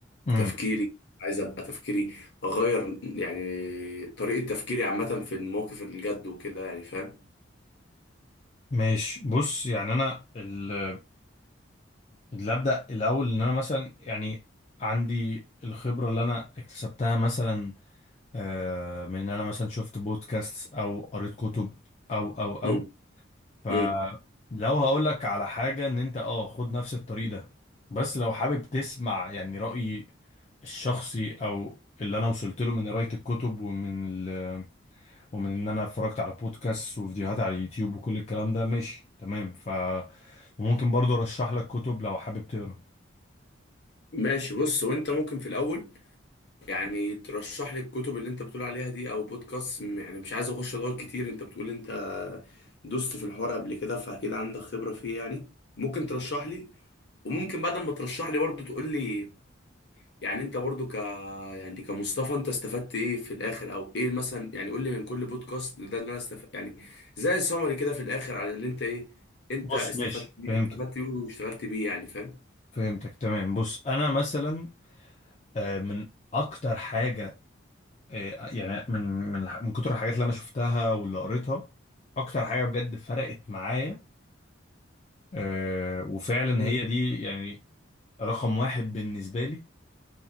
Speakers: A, on the left; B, on the left.
A: امم
B: تفكيري عايز ابقى تفكيري اغير يعني طريقه تفكيري عامه في المواقف الجد وكده يعني فاهم
A: ماشي بص يعني انا ال- اللي ابدا الاول ان انا مثلا يعني عندي الخبره اللي انا اكتسبتها مثلا آه من ان انا مثلا شفت بودكاست او قريت كتب او او او
B: امم
A: فلو
B: امم
A: هقول لك على حاجه ان انت اه خد نفس الطريق ده بس لو حابب تسمع يعني رايي الشخصي او اللي انا وصلت له من قرايه الكتب ومن ال- ومن ان انا اتفرجت على بودكاست وفيديوهات على اليوتيوب وكل الكلام ده ماشي تمام ف وممكن برضو ارشح لك كتب لو حابب تقرا
B: ماشي بص وانت ممكن في الاول يعني ترشح لي الكتب اللي انت بتقول عليها دي او بودكاست م- يعني مش عايز اخش ادور كتير انت بتقول انت دوست في الحوار قبل كده فاكيد عندك خبرة فيه يعني ممكن ترشح لي وممكن بعد ما ترشح لي برضه تقول لي يعني انت برضه ك يعني كمصطفى انت استفدت ايه في الاخر او ايه مثلا يعني قول لي من كل بودكاست ده اللي انا استفدت يعني زي سمري كده في الاخر على اللي انت ايه انت
A: بص
B: استفدت
A: ماشي
B: بيه
A: فهمتك
B: استفدت بيه واشتغلت بيه يعني فاهم
A: فهمتك تمام بص انا مثلا آه، من اكتر حاجه آه، يعني من من من كتر الحاجات اللي انا شفتها واللي قريتها اكتر حاجه بجد فرقت معايا آه، وفعلا
B: امم
A: هي دي يعني رقم واحد بالنسبه لي